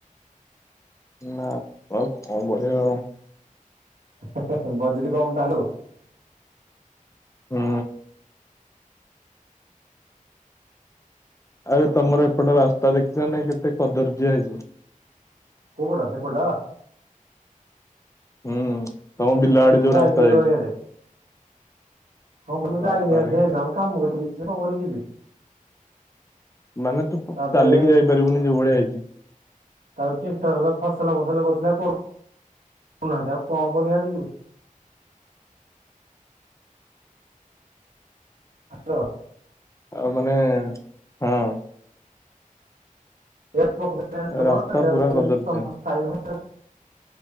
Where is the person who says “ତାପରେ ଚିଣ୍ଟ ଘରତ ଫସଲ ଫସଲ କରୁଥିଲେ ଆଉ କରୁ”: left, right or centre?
Right